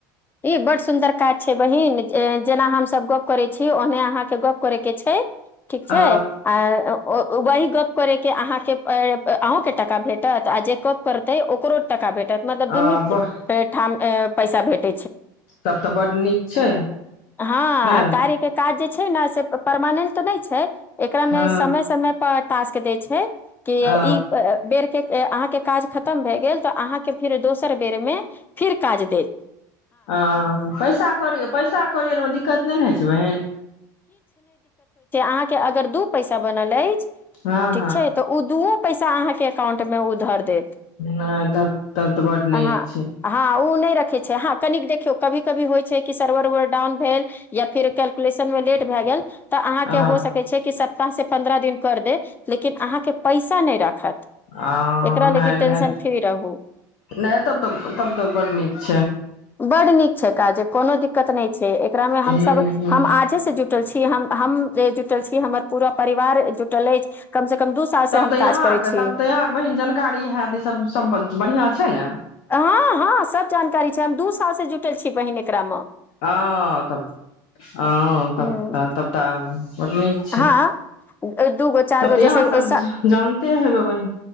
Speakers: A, on the left; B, on the left.
A: ई बड सुन्दर काज छै बहिन जेना हमसभ गप करै छी ओने अहाँके गप करै के छै ठीक
B: अ
A: छै आ वही गप कर के अहा के अहूं के टका भेटत आ जे गप करतै ओकरो टाका भेटत मतलब दुनू
B: अ
A: ठाम अ, पैसा भेट
B: तब तऽ बड्ड नीक छै
A: हँ
B: ने
A: कार्यके काज जे छै ने से परमानेंट तऽ नहि छै एकरा में
B: हँ
A: समय समय पर टास्क दै छै की
B: अ
A: ई बेर अहाँके काज खतम भए गेल तऽ अहाँके फेर दोसर बेर मे फिर काज दे
B: आ पैसा कौरी पैसा कौरीमे दिक्कत नहि ने होइ छै बहिन
A: अहाँ के अगर दू पैसा बनल अछि
B: हँ
A: ठीक छै तऽ उदू पैसा अहाँके एकाउंट मे ओ धर देत
B: ह तब तब तऽ बड
A: हँ
B: नीक छै
A: हँ ओ नहि रखै छै ह कनिक देखियौ कभी कभी होइ छै कि सर्वर डाउन भेल या फिर कैलकुलेशन मे लेट भए गेल तऽ अहाँके
B: आ
A: हो सकैत छै कि सब से पन्द्रह दिन कर दे लेकिन अहाँके पैसा नहि राखत
B: आ
A: एकरा लागी
B: नहि
A: टेंशन
B: नहि
A: फ्री रहू
B: नहि तब तऽ तब तऽ बड़ नीक छै
A: बड्ड नीक छै काज कोनो दिक्कत नहि छै एकरामे
B: ह
A: हमस
B: ह
A: हम आजे से जुट त छी हम जुटल छी हमर पूरा परिवार जुटल अछि कम से कम दू साल
B: तब
A: से हम
B: तऽ यहााँ
A: काज करै छी
B: के तब तऽ यहाके बहिन जानकारी हयत ई सब सब बढ़िया छै ने
A: हँ हँ सब जानकारी छै हम दू साल से जुटल छी बहिन एकरा में
B: आ त तब त हाँ त तब
A: हूँ
B: तब तऽ बड्ड नीक छै
A: हँ दू गो चारि
B: तब
A: गो
B: तऽ यहाँ
A: जैस
B: सब जानते हेबै बहिन